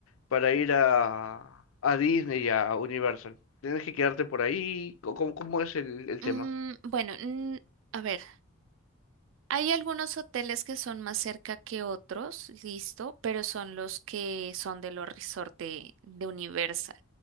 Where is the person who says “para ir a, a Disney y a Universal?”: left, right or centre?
Left